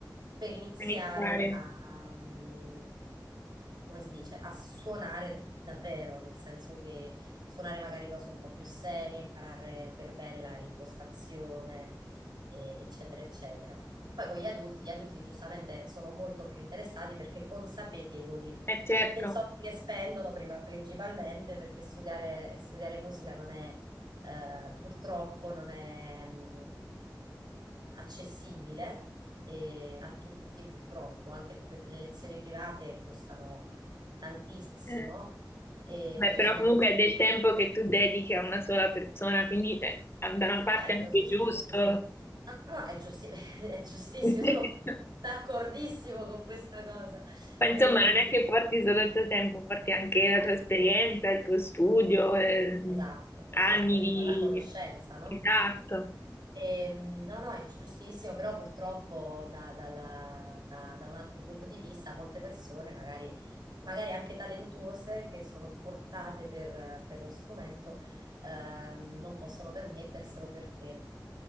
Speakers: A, on the right; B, on the left.
A: per iniziare
B: Iniziare.
A: a, mm, come si dice, a suonare davvero, nel senso che suonare magari cose un po' più serie, imparare per bene la- l'impostazione, e- eccetera, eccetera. Poi con gli adulti, gli adulti giustamente sono molto più interessati perché consapevoli
B: Eh certo,
A: di- dei soldi che spendono prima- principalmente perché studiare, studiare musica non è, eh, purtroppo non è mh, accessibile eh, a tutti, purtroppo, anche per le lezioni private costano tantissimo
B: Eh,
A: e
B: beh,
A: poi ci
B: però
A: sono
B: comunque
A: degli
B: è del tempo che tu dedichi a una sola persona, quindi eh, da una parte
A: Certo,
B: è anche
A: sì, sì,
B: giusto.
A: sì, sì, sì. Ah, no, è giussi- <laughs> è giustissimo,
B: <laughs>
A: io sono d'accordissimo con questa cosa.
B: Ma insomma,
A: E-
B: non è che porti solo il tuo tempo, porti anche la tua esperienza, il tuo studio, eh,
A: Esatto,
B: anni
A: esatto,
B: di...
A: la, la conoscenza, no?
B: Esatto.
A: Ehm, no, no, è giustissimo, però purtroppo da, dalla- da- da un altro punto di vista molte persone, magari, magari anche talentuose, che sono portate per, per lo strumento, ehm, non possono permetterselo perché